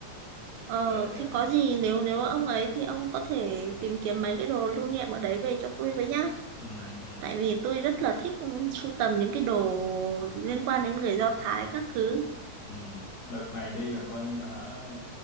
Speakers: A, on the right; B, on the left.
A: Ờ,
B: để để
A: thì
B: ừ.
A: có gì nếu nếu ông ấy thì ông có thể tìm kiếm mấy cái đồ lưu niệm ở đấy về cho tôi với nhá.
B: Ừ. Ừ.
A: Tại vì tôi rất là thích sưu tầm những cái đồ liên quan đến người Do Thái các thứ.
B: Ừ. đợt này đi là coi như là hả